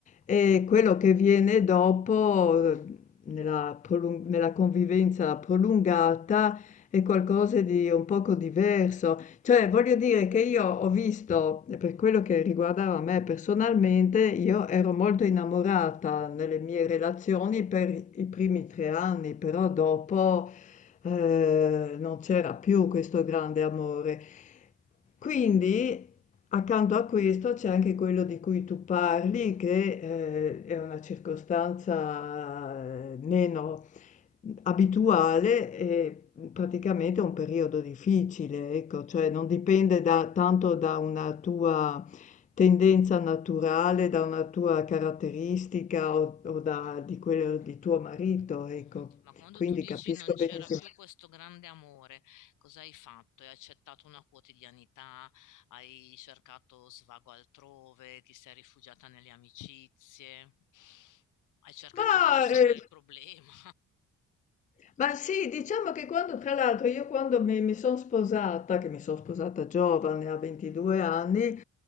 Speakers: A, on the left; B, on the left.
A: E quello che viene dopo, eh, nella prolung- nella convivenza prolungata, è qualcosa di un poco diverso. Cioè, voglio dire che io ho visto, per quello che riguardava me personalmente, io ero molto innamorata nelle mie relazioni per i primi tre anni, però dopo eh, non c'era più questo grande amore. Quindi, accanto a questo c'è anche quello di cui tu parli, che eh, è una circostanza eh, meno Abituale e, mhmm, praticamente è un periodo difficile, ecco, cioè non dipende da tanto da una tua tendenza naturale, da una tua caratteristica o o da di quello di tuo marito, ecco.
B: Mh-mh. Ma quando
A: Quindi
B: tu dici:
A: capisco
B: "Non c'era
A: benissimo.
B: più questo grande amore", cos'hai fatto? Hai accettato una quotidianità, hai cercato svago altrove, ti sei rifugiata nelle amicizie, hai cercato
A: Ma,
B: di risolvere
A: ehm
B: il problema.
A: Ma sì, diciamo che quando, tra l'altro, io quando mi, mi sono sposata, che mi sono sposata giovane, a 22 anni,